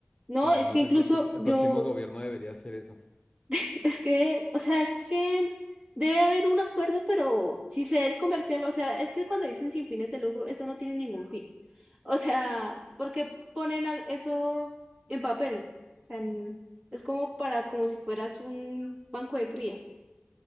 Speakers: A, on the right; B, on the left.
A: No,
B: sea,
A: es
B: no
A: que
B: sé
A: incluso
B: si el, pro- el
A: yo,
B: próximo gobierno debería hacer eso.
A: <laughs> es que, o sea, es que debe haber un acuerdo, pero si se es comercial, o sea, es que cuando dicen sin fines de lucro, eso no tiene ningún fin. O sea, porque ponen al- eso en papel? Tan- es como para, como si fueras un banco de cría.